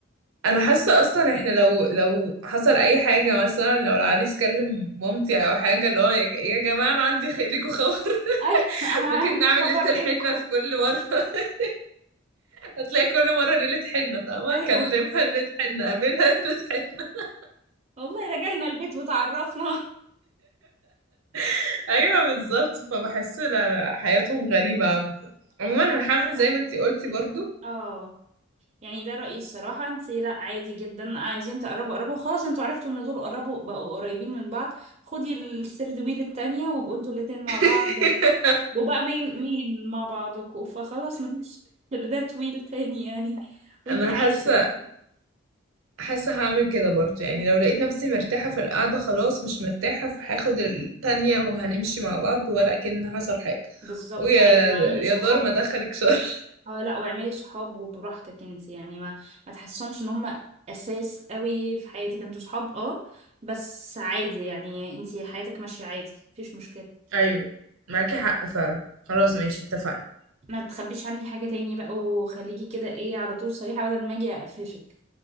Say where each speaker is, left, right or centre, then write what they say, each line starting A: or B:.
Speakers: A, on the right (about 80°); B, on the right (about 30°).
A: انا حاسه اصلا احنا لو لو حصل اي حاجه مثلا لو العريس كلم مامتي او حاجه اللي هو يا ج- يا جماعه انا عندي خ- ليكوا خبر
B: <laughs>
A: <laughs>
B: ايوه انا
A: ممكن
B: عندي
A: نعمل
B: خبر
A: ليله الحنه
B: إلكم
A: في كل مره <laughs> هتلاقي كل مره ليله حنه فاهمه
B: ايوه
A: اكلمها ليله حنه اقابلها ليله حنه
B: والله ده جالنا البيت وتعرفنا
A: <laughs> ايوه بالظبط فبحس لا لا حياتهم غريبه عموما
B: <laughs>
A: عموما
B: مش
A: انا
B: عارفة
A: حامل
B: الصراحة
A: زي ما
B: بيفكروا
A: انتي قلتي
B: في ايه
A: برضو
B: اه يعني ده رأيي الصراحة انت لا عادي جدا عايزين تقربوا قربوا خلاص انتوا عرفتوا ان دول قربوا بقوا قريبين من بعض خدي الثيرد ويل التانية وابقوا انتوا الاتنين مع بعض
A: <laughs>
B: وبقى مين مين مع بعضكوا فخلاص مفيش ثيردات ويل تاني يعني وانت
A: انا حاسه
B: عادي براحتك
A: حاسة هعمل كده برضه يعني لو لقيت نفسي مرتاحة في القعدة خلاص مش مرتاحة فهاخد التانية وهنمشي مع بعض ولا كأن حصل حاجة
B: بالظبط
A: ويا
B: عادي واعملي صحاب
A: يا دار ما دخلك شر
B: اه لا واعملي صحاب وبراحتك انت يعني ما ما تحسهمش ان هم اساس قوي في حياتك انتوا صحاب اه بس عادي يعني انت حياتك ماشية عادي مفيش مشكلة
A: ايوه معاكي حق فعلا خلاص ماشي اتفقنا
B: ما تخبيش عني حاجة تاني بقى وخليكي كده ايه على طول صريحة بدل ما اجي اقفشك